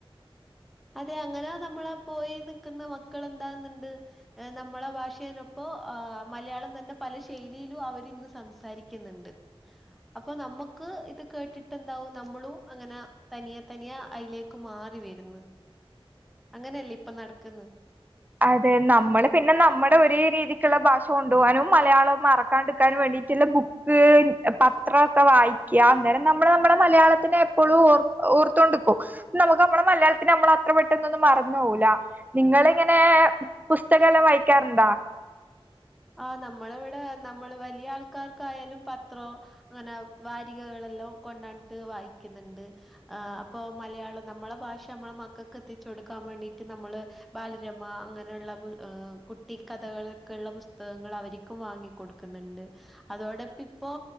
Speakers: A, in the centre; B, on the right.
A: അതെ അങ്ങനെ നമ്മളെ പോയി നിക്കുന്ന മക്കൾ എന്താന്ന്ണ്ട്- നമ്മളെ ഭാഷേനൊപ്പോ ആ മലയാളം തന്നെ പല ശൈലിയിലും അവര് ഇന്ന് സംസാരി ക്കുന്നുണ്ട്. അപ്പൊ നമുക്ക് ഇത് കേട്ടിട്ട് എന്താവും നമ്മളും അങ്ങനെ തനിയ തനിയ അയിലേക്ക് മാറി വരുന്ന് അങ്ങനെയല്ലേ ഇപ്പൊ നടക്കുന്ന്-
B: അതെ നമ്മള് പിന്നെ നമ്മുടെ ഒരേ രീതിക്കുള്ള ഭാഷ കൊണ്ടു പോവാനും മലയാളവും മറക്കാണ്ടിരിക്കാനും വേണ്ടിയിട്ടുള്ള ബുക്ക് പത്രംക്കെ വായിക്കുക അന്നേരം നമ്മുടെ നമ്മുടെ മലയാളത്തിനെ എപ്പോഴും ഓർ ഓർത്തോണ്ടിക്കും നമുക്ക് നമ്മളെ മലയാളത്തിന് നമ്മള അത്ര പെട്ടന്നൊന്നും മറന്നു പോകുല നിങ്ങള് ഇങ്ങനെ പുസ്തകല്ലാം വായിക്കാറുണ്ടാ-?
A: ആഹ്, നമ്മളവടെ നമ്മള് വലിയ ആൾക്കാർക്കായാലും പത്രോ അങ്ങനെ വാരികകളെല്ലോ കൊണ്ടാൻട്ട് വായിക്ക്ന്ന്ണ്ട്. ആഹ് അപ്പൊ മലയാളം നമ്മളെ ഭാഷ അമ്മളെ മക്കക്കെത്തിച്ചൊട്ക്കാൻ വേണ്ടിട്ട് നമ്മള് ബാലരമ അങ്ങനെള്ള ബു ആഹ് കുട്ടിക്കഥകളൊക്കെള്ള ബുസ് തകങ്ങൾ അവരിക്കും വാങ്ങി കൊട്ക്ക്ന്ന്ണ്ട്. അതോടപ്പിപ്പോ